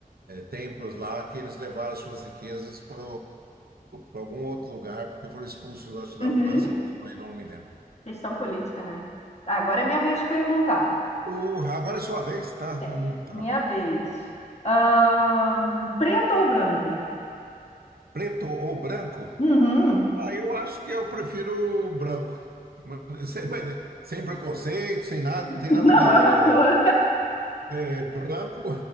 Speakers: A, on the right; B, on the left.
A: templos lá que eles levaram suas riquezas para algum outro lugar, porque foram expulsos eu acho,
B: Uhum.
A: da França, da Espanha, não me lembro.
B: Questão política, né? Agora é minha vez de perguntar.
A: O, agora é sua vez, tá?
B: É,
A: Hum, tá.
B: Minha vez. Ahn, preto ou branco?
A: Preto ou branco?
B: Uhum.
A: Ah, eu acho que eu prefiro branco. Mas, Sem, mas, né, sem preconceito, sem nada, não tem
B: Não,
A: nada a ver.
B: é uma cor.
A: É, é, branco